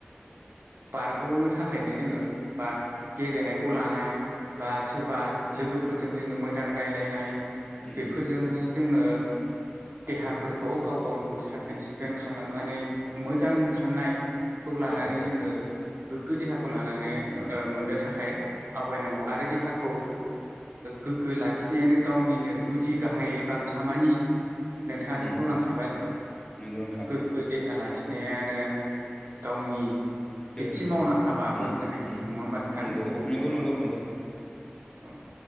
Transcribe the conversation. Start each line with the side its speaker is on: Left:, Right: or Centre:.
Right: बारग'नो थाखायनो जोङो बा गेलेनायखौ खौ लानाय बा सोरबा लोगोफोरजों जोङो मोजां रायजलायनाय
Left: उम
Right: बेफोरजोंनो जोङो देहाफोरखौ गाव गावनिखौ साखोन सिखोन खालामनानै मोजां साननाय खौ लानानै
Left: औ औ
Right: जोङो गोग्गो देहाखौ लानानै
Left: उम
Right: मोननो थाखाय आवगायनांगौ आरो देहाखौ गोग्गो लाखिनायानो गावनिनो गुदि गाहाय एबा खामानि नोंथाङानो
Left: उम
Right: बुंलांखाबाय
Left: उम नंगौ नोंथां
Right: गोग्गो देहा लाखिनाय नायानो गावनि
Left: दोहोन
Right: सेथि मावनां हाबाबो
Left: उम
Right: होननो हायो
Left: उम
Right: जोङो नङा होमबा नोंथां
Left: नंगौ नंगौ नंगौ
Right: औ
Left: नंगौ
Right: औ